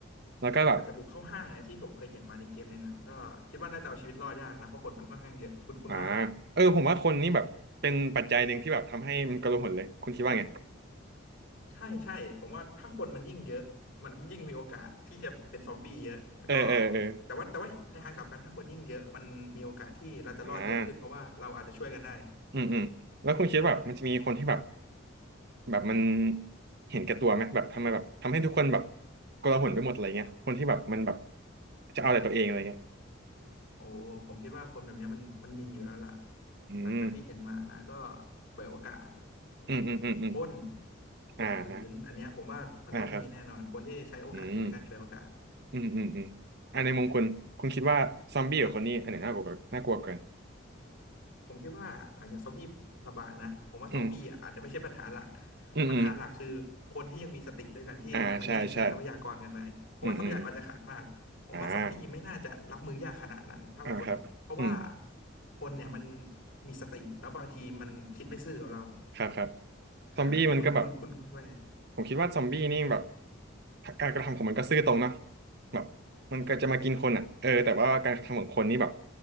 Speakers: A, on the right; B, on the left.
A: แล้วก็แบบ
B: แต่แต่บุกเข้าห้างเนี่ยที่ผมเคยเห็นมาในเกมในหนังก็คิดว่าน่าจะเอาชีวิตรอดยากนะเพราะคนมันค่อนข้างเยอะคุณคุณว่าไหม
A: อ่าเออผมว่าคนนี่แบบเป็นปัจจัยหนึ่งที่แบบทำให้มันกระโลหนเลยคุณคิดว่าไง
B: ใช่ใช่ผมว่าถ้าคนมันยิ่งเยอะมันยิ่งมีโอกาสที่จะเป็นซอมบี้เยอะแล้วก็
A: เออเออเออ
B: แต่ว่าแต่ว่าในทางกลับกันถ้าคนยิ่งเยอะมันมีโอกาสที่เราจะรอดเยอะขึ้นเพราะว่าเราอาจจะช่วยกันได้
A: อ่าอืมอืมแล้วคุณคิดว่าแบบมันจะมีคนที่แบบแบบมันเห็นแก่ตัวไหมแบบทำไมแบบทำให้ทุกคนแบบโกระหลนไปหมดอะไรเงี้ยคนที่แบบมันแบบจะเอาแต่ตัวเองอะไรเงี้ย
B: โอ้ผมคิดว่าคนแบบเนี้ยมันมันมีอยู่แล้วล่ะ
A: อืม
B: หลังจากที่เห็นมานะก็ฉวยโอกาส
A: อืมอืมอืมอืม
B: ปล้นข่มขืนอันเนี้ยผมว่ามันต้องมีแน่นอนคนที่ใช้โอกาสนี้ในการฉวยโอกาส
A: อ่าฮะอ่าครับอืมอืมอืมอืมอ่าในมุมคุณคุณคิดว่าซอมบี้กับคนนี้อันไหนน่ากลัวกว่าน่ากลัวกว่ากัน
B: ผมคิดว่าหลังจากซอมบี้ระบาดนะผมว่าซอมบี้อ่ะอาจจะไม่ใช่ปัญหาหลัก
A: อืมอืมอืม
B: ปัญหาหลักคือคนที่ยังมีสติด้วยกันที่จะมาแย่งชิงทรัพยากรกันไปเพราะว่าทรัพยากรจะขาดมากผมว่าซอมบี้ไม่น่าจะรับมือยากขนาดนั้นเท่าคนเพราะว่า
A: อ่าใช่ใช่อืมอืมอ่า อ่าครับอืม
B: คนเนี่ยมันมีสติแล้วบางทีมันคิดไม่ซื่อกับเรา
A: ครับครับ
B: อ่าคุณคุณคุณคุณแม่
A: ซอมบี้มันก็แบบผมคิดว่าซอมบี้นี่แบบการกระทำของมันก็ซื่อตรงเนอะแบบมันก็จะมากินคนอ่ะเออแต่ว่าการกระทำของคนนี่แบบ